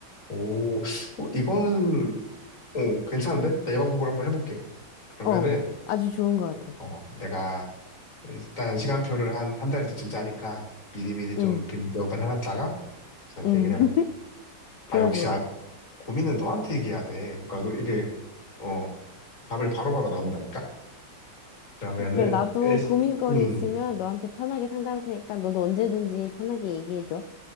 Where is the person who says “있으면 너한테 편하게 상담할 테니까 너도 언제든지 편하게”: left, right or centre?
Left